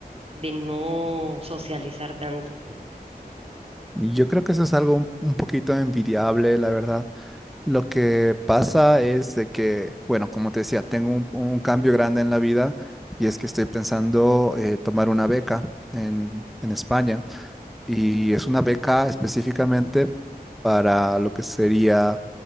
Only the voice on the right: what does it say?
de no socializar tanto.